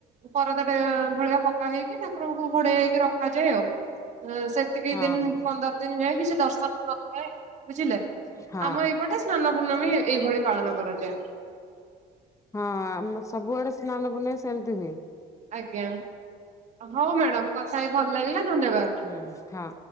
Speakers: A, on the right (about 45°); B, on the left (about 20°).
A: ପରଦା ଟେ ଭଳିଆ ପକା ହେଇକି ଠାକୁରଙ୍କୁ ଘୋଡେଆ ହେଇକି ରଖାଯାଏ ଆଉ। ସେ ଏତିକି
B: ହଁ
A: ଦିନ
B: ହଁ
A: ପନ୍ଦର ଦିନ ଯାଏଁ କିଛି ଦର୍ଶନ ନଥାଏ। ବୁଝିଲେ
B: ହଁ
A: ଆମ
B: ହଁ
A: ଏଇପଟେ ସ୍ନାନ ପୂର୍ଣ୍ଣମୀ ଏଇ ଭଳି ପାଳନ କରାଯାଏ।
B: ହଁ ଆମ ସବୁଆଡେ ସ୍ନାନପୂର୍ଣ୍ଣଇଁ ସେମିତି ହୁଏ।
A: ଆଜ୍ଞା ହଉ ମ୍ୟାଡାମ କଥା ହେଇ ଭଲ ଲାଗିଲା ଧନ୍ୟବାଦ।
B: ହୁଁ ହଁ